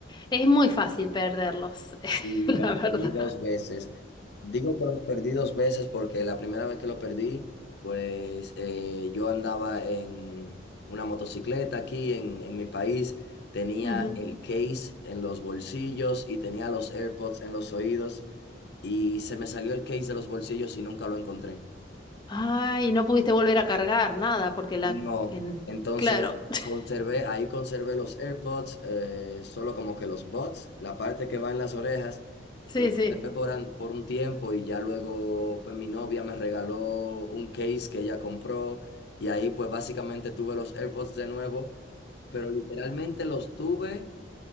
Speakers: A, on the left; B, on the left.
A: Es muy fácil perderlos,
B: Sí,
A: <laughs> la
B: los perdí
A: verdad.
B: dos veces. Digo que los perdí dos veces porque la primera vez que lo perdí, pues eh, yo andaba en una motocicleta aquí en, en mi país, tenía
A: Ujú.
B: el case en los bolsillos y tenía los AirPods en los oídos y se me salió el case de los bolsillos y nunca lo encontré.
A: Ay, no pudiste volver a cargar nada porque la...
B: No,
A: En...
B: entonces
A: Claro. <laughs>
B: conservé, ahí conservé los AirPods, eh, solo como que los buds, la parte que va en las orejas,
A: Sí,
B: lo conservé
A: sí,
B: por, an- por un tiempo y ya luego pues mi novia me regaló un case que ella compró y ahí pues básicamente tuve los AirPods de nuevo, pero literalmente los tuve